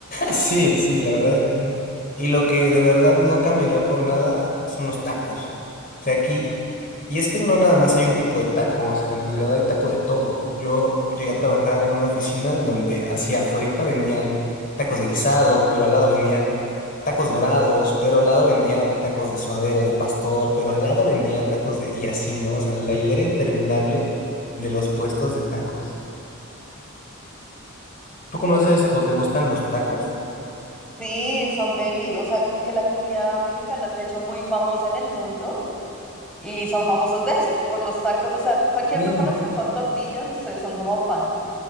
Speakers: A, on the left; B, in the centre.
A: Sí, sí, la verdad es que sí. Y lo que de verdad no cambiaría por nada son los tacos. O sea, aquí, y es que no nada más hay un tipo de taco, o sea, en realidad hay taco de todo. Yo llegué a trabajar en una oficina en donde hacia afuerita vendían tacos de guisado, pero al lado vendían tacos dorados, pero al lado vendían tacos de suadero, de pastor, pero al lado vendían tacos de... y así, ¿no? O sea, la hilera interminable de los puestos de tacos. ¿Tú conoces
B: Ok.
A: o te gustan los tacos?
B: Sí, son deli. O sea, con que la comida mexicana se ha hecho muy famosa en el mundo y son famosos de eso, por los tacos. O sea, cualquier
A: Sí.
B: preparación con tortillas, ustedes son como fan.